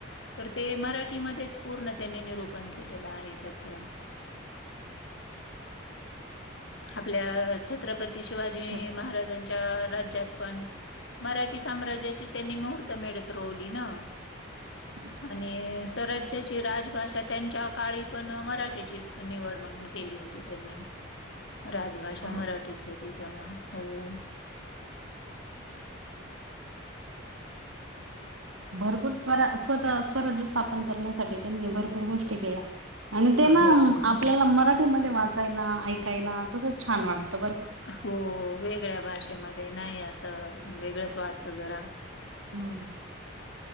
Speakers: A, on the left (about 65°); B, on the right (about 85°).
A: तर ते मराठीमध्येच पूर्ण त्यांनी निरूपण केलेलं आहे त्याच आपल्या छत्रपती शिवाजी
B: छ
A: महाराजां च्या राज्यात पण मराठी साम्राज्याची त्यांनी मुहूर्त मेळच रोवली न
B: <inaudible>
A: आणि स्वराज्याची राजभाषा त्यांच्या काळी पण मराठीची निवड म्हणून केली होती. त्यांनी, राजभाषा
B: बरोबर
A: मराठीच होती. तेव्हा हो
B: भरपूर स्वरा स्वतः स्वराज्य स्थापन करण्यासाठी त्यांनी भरपूर गोष्टी केल्या. आणि ते
A: हो.
B: ना आपल्याला मराठीमध्ये वाचायला, ऐकायला तसंच छान वाटतं बरं का
A: हो वेगळ्या भाषेमध्ये नाय असं वेगळंच वाटतं जरा
B: हम्म